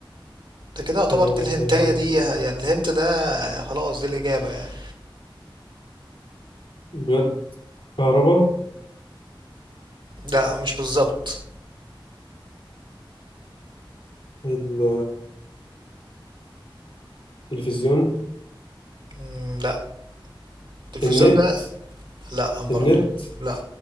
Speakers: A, on the right; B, on the left.
A: ده كده يعتبر
B: آه،
A: دي الهنتاية دي يعني الهنت ده خلاص دي الإجابة يعني
B: بجد كهرباء
A: لأ مش بالظبط
B: ال- التلفزيون
A: مم، لأ التلفزيون
B: النت
A: ده لا برضو
B: النت
A: لا